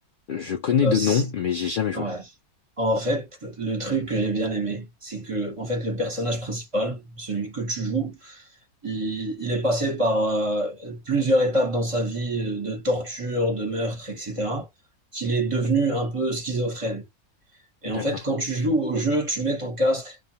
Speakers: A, on the left; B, on the right.
A: Je connais
B: Euh,
A: de
B: c-
A: noms, mais j'ai jamais joué.
B: ouais. En fait, le truc que j'ai bien aimé, c'est que en fait le personnage principal, celui que tu joues, il, il est passé par euh, plusieurs étapes dans sa vie euh, de torture, de meurtre, etc. Qu'il est devenu un peu schizophrène. Et
A: D'accord.
B: en fait, quand tu joues au jeu, tu mets ton casque,